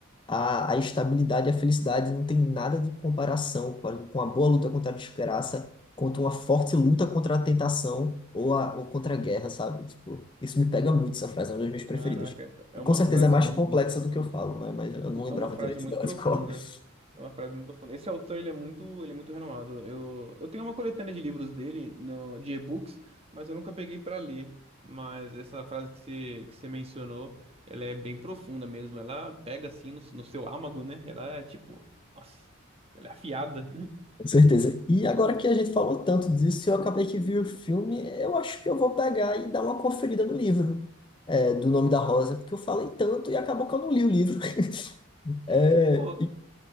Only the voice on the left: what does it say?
a, a estabilidade e a felicidade não tem nada de comparação com a, com a boa luta contra a desgraça, contra uma forte luta contra a tentação ou, a, ou contra a guerra, sabe? Tipo, isso me pega muito, essa frase é uma das minhas preferidas.
E
com certeza
é mais
complexa do que eu falo, né? Mas eu não lembrava
direito
dela
de cor. <laughs>
Com certeza. E agora que a gente falou tanto disso, eu acabei que vi o filme, eu acho que eu vou pegar e dar uma conferida no livro, é, do Nome da Rosa, porque eu falei tanto e acabou que eu não li o livro. <laughs> É,